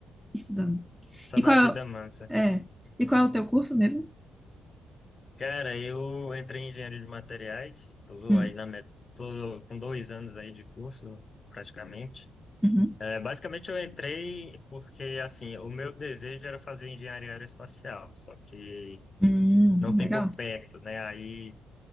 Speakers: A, in the centre; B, on the left.
A: estudando.
B: Só
A: E
B: na
A: qual é,
B: vida
A: o-
B: massa.
A: é, e qual é o teu curso mesmo?
B: Cara, eu entrei em engenharia de materiais, tô
A: Hum,
B: aí na met... tô com dois anos aí de curso, praticamente.
A: uhum.
B: É, basicamente eu entrei porque, assim, o meu desejo era fazer engenharia aeroespacial, só que
A: Hum,
B: não tem
A: legal.
B: por perto, né? Aí